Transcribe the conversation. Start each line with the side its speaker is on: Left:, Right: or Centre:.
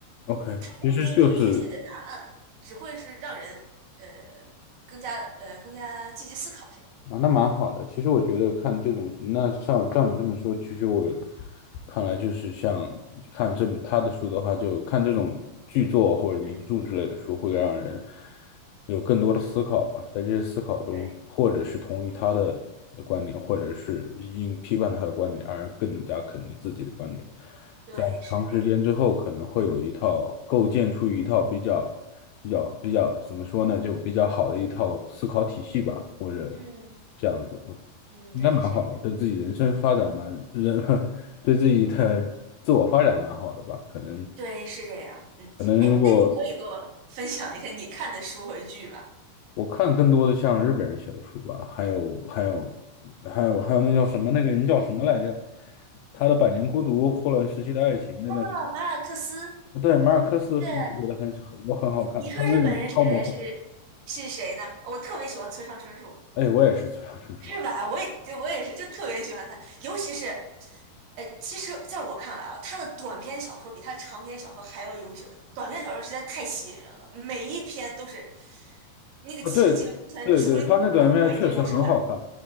Left: o k
Right: 他不会给你一个确切的答案，
Left: 其实就是
Right: 只会是让人呃更加呃更加积极思考这样。
Left: 啊，那蛮好的。其实我觉得看这种，那像照你这么说，其实我看来就是像看这他的书的话，就看这种剧作或者名著之类的书，
Right: 嗯，
Left: 会让人有更多的思考吧。在这些思考中，
Right: 对，
Left: 或者是同意他的观点，或者是因批判他的观点而更加肯定自己的观点。
Right: 对，
Left: 在长时间之后，
Right: 是这样。
Left: 可能会有一套构建出一套比较、比较、比较怎么说呢，就比较好的一套思考体系吧，或者
Right: 嗯
Left: 这样子，
Right: 嗯，
Left: 应该蛮好的，
Right: 对，是这样。
Left: 对自己人生发展蛮人，<laughs> 对自己的自我发展蛮好的吧。可能
Right: 对，是这样。嗯，
Left: 可能，
Right: 哎，
Left: 如果
Right: 那你可以给我 <laughs> 分享一下你看的书和剧吗？
Left: 我看更多的像日本人写的书吧，还有还有还有还有那叫什么那个人叫什么来着？他的《百年孤独》《霍乱时期的爱情》那段时
Right: 啊，马尔克斯
Left: 对，马尔克斯的书我觉得很很我很好看，
Right: 是，哎，你说日本人谁是是谁呢？
Left: 他的那种超魔幻，
Right: 我特别喜欢村上春树，
Left: 哎，我也是村上春树啊，
Right: 是吧？我也就我也是，就特别喜欢他，尤其是，呃，其实在我看来啊，他的短篇小说比他长篇小说还要优秀。短篇小说实在太吸引人了，每一篇都是那个情节完全出出乎我意料之外。
Left: 对对对，他那短片确实很好看，